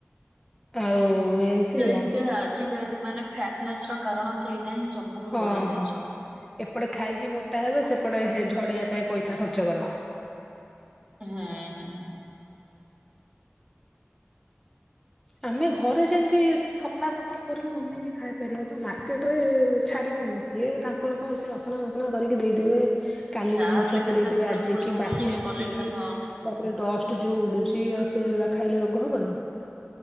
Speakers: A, in the centre; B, on the right.
A: ଆଉ ଏମିତି
B: ସେଇପା
A: ଆଉ
B: ଆଜିକାଲି ମାନେ ଫ୍ୟାଟନେସ୍ ର କାରଣ ସେଇଟା ହିଁ ସବୁଠୁ
A: ହଁ
B: ବଡ଼
A: ହଁ
B: ଜିନିଷ।
A: ହଁ ଏପଟେ ଖାଇକି ମୋଟା ହେବେ ସେପଟେ ଝଡିିବା ପାଇଁ ପଇସା ଖର୍ଚ୍ଚ କର।
B: ହଁ।
A: ଆମେ ଘରେ ଯେମତି ସଫାସୁତୁରା କରିକି ବନେଇକି ଖାଇପାରିବା ତ ମାର୍କେଟ ରେ ଛାଡ଼ିବନି ସିଏ ତାଙ୍କର କଣ ସିଏ ଅସନା ଫସ ନା କରିକି ଦେଇଦେବେ। କାଲିର
B: ଯାହା
A: ଜିନିଷ
B: ବଲେ କେତେ
A: ପୁରେଇ ଦେବେ
B: ଧୂଳି
A: ଆଜିକି
B: ଫୁଳି ଉଡୁଛି
A: ବାସି ମାସି
B: ପଲ୍ୟୁସନ
A: ତାପରେ ଡଷ୍ଟ ଯୋଉ ଉଡୁଛି ଆଉ ସେଇରା ଖାଇଲେ ରୋଗ ହବନି‌।